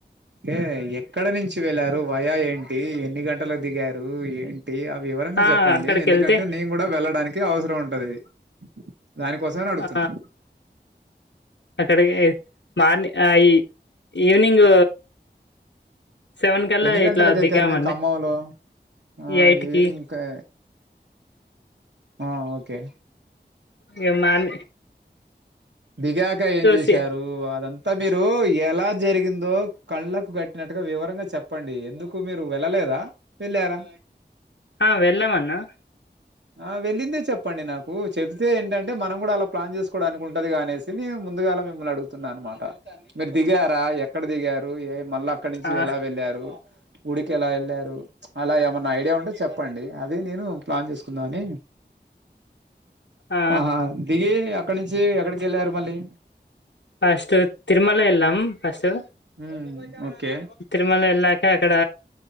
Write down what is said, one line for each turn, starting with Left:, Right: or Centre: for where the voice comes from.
Right: ఏ ఎక్కడ నుంచి వెళ్లారు వయా ఏంటి ఎన్ని గంటలకు దిగారు ఏంటి టి ఆ వివరంగా
Left: ఆ
Right: చెప్పండి
Left: అక్కడికి
Right: ఎందుకంటే
Left: వెళ్తే
Right: నేను కూడా వెళ్ళడానికి అవసరం ఉంటది దానికోసమే నే అడుగుతున్నా
Left: ఆ అక్కడికి మార్నింగ్ ఈ ఈవినింగ్ సెవెన్ కల్లా
Right: ఎన్ని గంటలకి
Left: ఇట్లా
Right: ఎక్కారు
Left: దిగామండి
Right: మీరు ఖమ్మంలో ఆ
Left: ఎయిట్
Right: ఈవినింగ్
Left: కి
Right: కే హా ఒకే
Left: ఇగ మార్
Right: దిగాక ఏం చేశారు
Left: సి
Right: అదంతా మీరు ఎలా జరిగిందో కళ్లకు కట్టినట్టుగా వివరంగా చెప చెప్పండి ఎందుకు మీరు వెళ్ళలేదా వెళ్ళారా
Left: ఆ వెళ్ళామన్న
Right: ఆ వెళ్ళిందే చెప్పండి నాకు చెబితే ఏంటంటే మనం కూడా అలా ప్లాన్ చేసుకోవడనికి కుంటదిగ అనేసి నే ముందుగాల మిమ్మల్ని అడుగుతున్నా అనమాట మీరు దిగారా ఎ ఎక్కడ దిగారు? ఏ మళ్ళా అక్కడి నుంచి
Left: ఆ
Right: ఎలా వెళ్ళారు? గుడికి ఎలా ఎళ్ళారు, అలా ఏమన్నా ఐడియా ఉంటే చెప్పండి. అది నేను ప్లాన్ చేసు కుందామని
Left: ఆ
Right: ఆహా దిగి అక్కడ నుంచి ఎక్కడికెళ్ళారు మళ్ళీ?
Left: ఫస్ట్ తిరుమల ఎళ్ళాం ఫస్ట్.
Right: హ్ ఓకే.
Left: తిరుమల ఎళ్ళాక అక్కడ